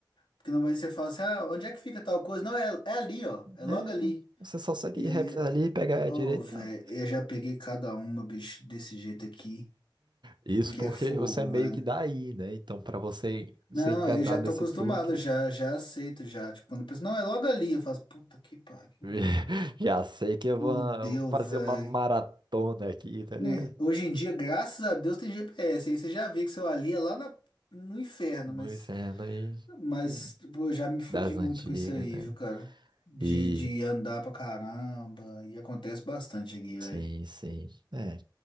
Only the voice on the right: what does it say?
É,
você só segue
reto
ali, pega a
direita.
Isso
porque
você é meio
que daí, né? Então, pra você
ser enganado
desse
truque,
<laughs>
já sei que eu
vou fazer
uma maratona aqui, tá ligado?
No
inferno aí,
né?
das
antigas,
né?
E,
sim, sim, é.